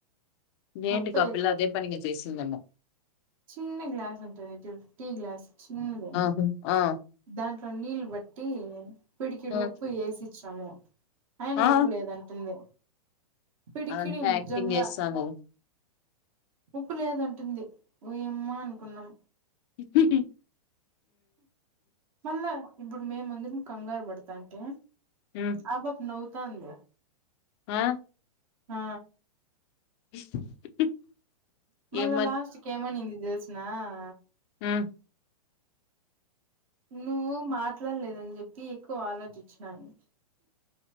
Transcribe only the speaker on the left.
ఏంటి
కాపిల్ అదే పనిగా చేసినందేమో
ఆహా ఆ
ఆ
ఆ.
అదంతా
యాక్టింగ్ చేస్తాందది
<inaudible>
ఉమ్
ఆ
<inaudible>
ఏం
హ్మ్